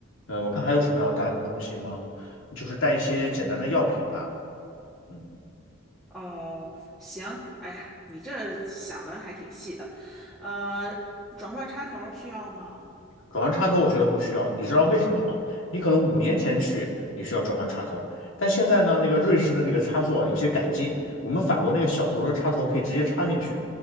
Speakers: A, on the left; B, in the centre.
A: 嗯，我看还有什么要带的东西吗？就是带一些简单的药品吧。嗯。
B: 哦，行，哎呀，你这想的还挺细的。呃，转换插头需要吗？
A: 转换插头我觉得不需要，你知道为什么吗？你可能五年前去你需要转换插头，但现在呢，那个瑞士的那个插座啊有些改进，我们法国那个小头的插头可以直接插进去，